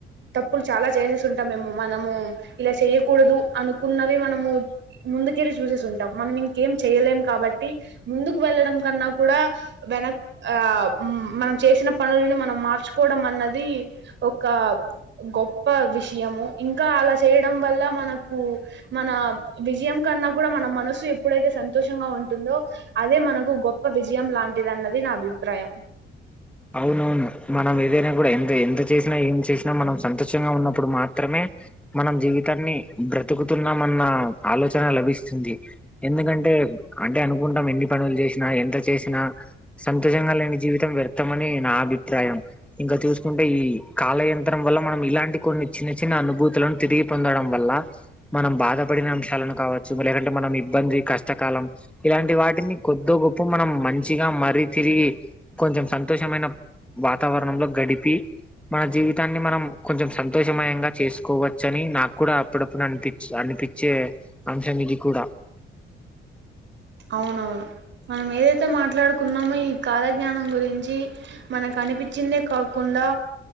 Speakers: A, on the right (about 65°); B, in the centre.
A: తప్పులు చాలా చేంజెస్ ఉంటాం మేము మనము, ఇలా చేయ్యకూడదు అనుకున్నవిన మనము ముందుకెళ్ళి చూసేసి ఉంటాం, మనం ఇంకేం చెయలేం కాబట్టి ముందుకు వెళ్ళడం కన్నా కూడా వెనక్ ఆ మనం చేసిన పనుల్ని మనం మార్చుకోవడం అన్నది ఒక గొప్ప విషయము ఇంకా అలా చేయడం వల్ల మనకు మన విజయం కన్నా కూడ మన మనసు ఎప్పుడైతే సంతోషంగా ఉంటుందో అదే మనకు గొప్ప విజయం లాంటిది అన్నది నా అభిప్రాయం.
B: అవునవును మనం ఏదైనా కూడ ఎంత ఎంత చేసినా, ఏం చేసినా, మనం సంతోషంగా ఉన్న ఇప్పుడు మాత్రమే మనం జీవితాన్ని బ్రతుకుతున్నామన్న ఆలోచన లభిస్తుంది. ఎందుకంటే అంటే అనుకుంటాం ఎన్ని పనులు చేసినా ఎంత చేసినా సంతోషంగా లేని జీవితం వ్యర్థమని నా అభిప్రాయం ఇంక చూసుకుంటే ఈ కాలయంత్రం వల్ల మనం ఇలాంటి కొన్ని చిన్న చిన్న అనుభూతులను తిరిగి పొందడం వల్ల మనం బాధపడిన అంశాలను కావచ్చు లేదంటే మనం ఇబ్బంది కష్టకాలం ఇలాంటి వాటిని కొద్దో గొప్పో మనం మంచిగా మరీ తిరిగి కొంచెం సంతోషమైన వాతావరణంలో గడిపి మన జీవితాన్ని మనం కొంచెం సంతోషమయంగా చేసుకోవచ్చ అని నాకు కూడా అప్పుడప్పుడు అనిపి అనిపించే అంశం ఇది కూడా
A: అవునవును మనం ఏదైతే మాట్లాడుకున్నామో ఈ కాలజ్ఞానం గురించి మనకు అనిపించిందే క కుండా